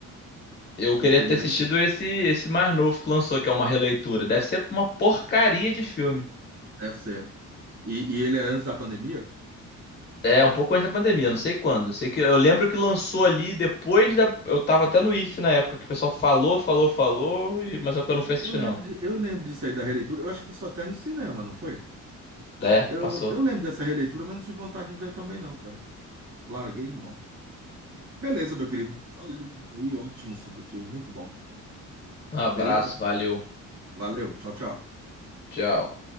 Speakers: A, on the left (about 35°); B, on the right (about 60°).
A: Eu queria
B: O primeiro
A: ter assistido
B: é melhor.
A: esse, esse mais novo que lançou, que é uma releitura. Deve ser uma porcaria de filme.
B: Deve ser. E, e ele é antes da pandemia?
A: É, um pouco antes da pandemia, não sei quando. Sei que eu lembro que lançou ali depois da. Eu tava até no IF na época que o pessoal falou, falou, falou, e- mas só que eu não fui assistir,
B: Eu lembro
A: não.
B: de, eu lembro disso aí da releitura. Eu acho que passou até no cinema, não foi?
A: É,
B: Eu,
A: passou.
B: eu lembro dessa releitura, mas não tive vontade de ver também, não, cara. Larguei de mão. Beleza, meu querido. Valeu, papo aí, ótimo sobre o filme, muito bom.
A: Um abraço,
B: Beleza?
A: valeu.
B: Valeu, tchau, tchau.
A: Tchau.